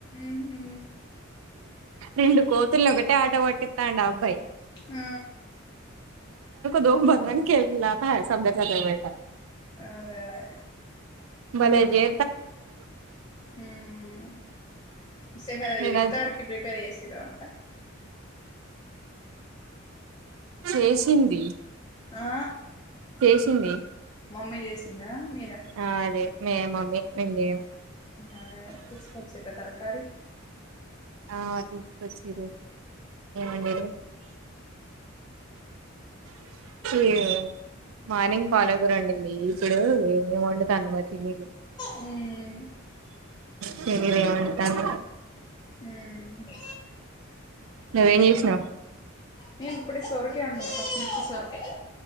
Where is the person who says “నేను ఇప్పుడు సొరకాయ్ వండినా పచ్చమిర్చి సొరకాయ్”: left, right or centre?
Left